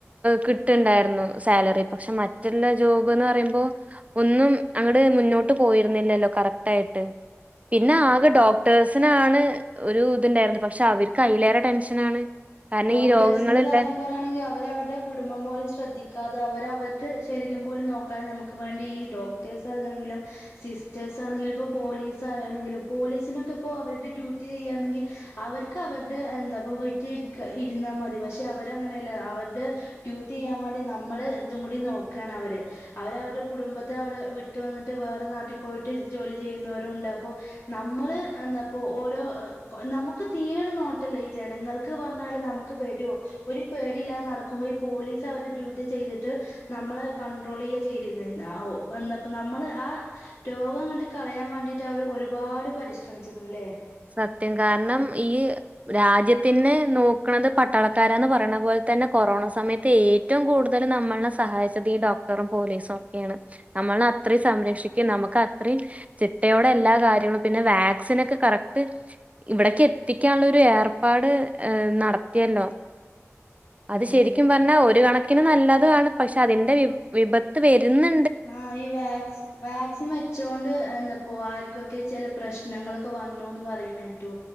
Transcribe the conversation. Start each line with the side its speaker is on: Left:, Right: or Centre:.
Right: കിട്ട്ണ്ടായിരുന്നു സാലറി പക്ഷെ മറ്റുള്ള ജോബ്ന്ന് പറയുമ്പോ ഒന്നും അങ്ങട് മുന്നോട്ട് പോയിരുന്നില്ലല്ലോ കറക്റ്റ് ആയിട്ട് പിന്നെ
Left: അതെ
Right: ആകെ
Left: പിന്നെ
Right: ഡോക്ടേഴ്സ് നാണ് ഒരു ഇതുണ്ടായിരുന്നത് പക്ഷെ അവർക്ക് അയ്യിലേറെ ടെൻഷനാണ് കാരണം
Left: ഡോക്ടേഴ്സിന്റെ
Right: ഈ രോഗങ്ങളില്ലേ
Left: കാര്യം പറ ആണെങ്കിൽ അവര അവരുടെ കുടുംബം പോലും ശ്രദ്ധിക്കാതെ അവര അവരുടെ ശരീരം പോലും നോക്കാതെ നമുക്ക് വേണ്ടി ഈ ഡോ സ്റ്റർസനെങ്കിലും സിസ്റ്റേഴ്സ് ആണെങ്കിലും ഇപ്പൊ പോലീസ് ആയാണെങ്കിലും പോലീസിനൊക്കെ ഇപ്പോ അവരുടെ ഡ്യൂട്ടി ചെയ്യാണെങ്കി അവർക്ക് അവരുടെ എന്താപ്പൊ വീട്ടിൽ ഇരുക്ക ഇരുന്നാൽ മതി പക്ഷെ അവരങ്ങനെയല്ല അവരുടെ ഡ്യൂട്ടി ചെയ്യാൻ വേണ്ടി നമ്മള് ഇതും കൂടി നോക്കാണ് അവര് അവര അവരുടെ കുടുംബത്തെ അവിടെ വിട്ട് വന്നിട്ട് വേറെ നാട്ടിൽ പോയിട്ട് ജോലി ചെയ്യുന്നവരും ഉണ്ട് അപ്പൊ നമ്മള് എന്താപ്പൊ ഓരോ നമുക്ക് തീരൊരു നോട്ടല്ല ഈ ജനങ്ങൾക്ക് പറഞ്ഞാല് നമുക്ക് വരൊ ഒരു പേടില്ലാ നടക്കുമ്പോ ഈ പോലീസ് അവര് ഡ്യൂട്ടി ചെയ്തിട്ട് നമ്മള് കണ്ട്രോൾ ചെയ്യാ ചെയ്രുന്നത് എന്താപ്പ നമ്മള് ആ രോഗം അങ്ങട്ട് കളയാൻ വേണ്ടിട്ട് അവർ ഒരുപാട് പരിശ്രമിച്ചിക്കുണു ല്ലേ
Right: സത്യം കാരണം ഈ രാജ്യത്തിന് നോക്കണത് പട്ടാളക്കാരന്ന് പറയണ പോലെ തന്നെ കൊറോണ സമയ ത്തേറ്റവും കൂടുതൽ നമ്മളെ സഹായച്ചത് ഈ ഡോക്ടറും പോലീസും ഒക്കെയാണ് നമ്മള അത്രയും സംരക്ഷിക്കും നമുക്ക് അത്രയും ചിട്ടയോടെ എല്ലാ കാര്യങ്ങളും പിന്നെ വാക്സിൻ ഒക്കെ കറക് ട്ട് ഇവിടക്കി എത്തിക്കാനുള്ളൊരു ഏർപ്പാട് നടത്തിയല്ലോ അത്
Left: അതെ
Right: ശരിക്കും
Left: അതെ
Right: പറഞ്ഞാ ഒരു കണക്കിന് നല്ലാതും ആണ് പക്ഷെ അതിന്റെ വി വിപത്ത് വരുന്നു
Left: ആഹ് ഈ വാക് വാക്സിൻ വ ച്ചൊണ്ട് എന്താപ്പോ ആർക്കൊക്കെ ചില പ്രശ്നങ്ങളൊക്കെ വന്നുന്ന് പറയ്ണേറ്റു